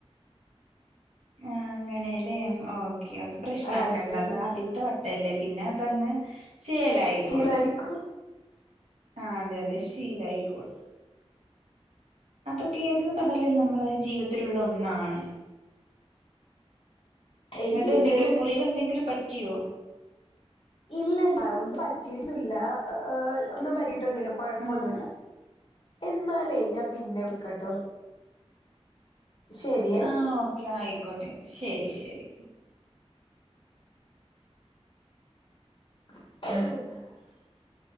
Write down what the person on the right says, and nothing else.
ആ അങ്ങനേ ല്ലേ ഓ അത് പ്രശ്നാക്കേണ്ട
അത് ആദ്യത്തെ വ അല്ലേ പിന്നെ തങ്ങ് ചേലായിക്കോളും.
ആ അതെ അതെ ശീലാ യിക്കോളും അതൊക്കെ നമ്മുടെ ജീവിതത്തിലുള്ള ഒന്നാണ്. ഇന്നട്ട്
എന്തെങ്കിലും മുറിവ് എന്തെങ്കിലും പറ്റി റ്റിയോ?
ആഹ്
ആ.. ഓക്കെയായി ആയിക്കോട്ടെ, ശരി ശരി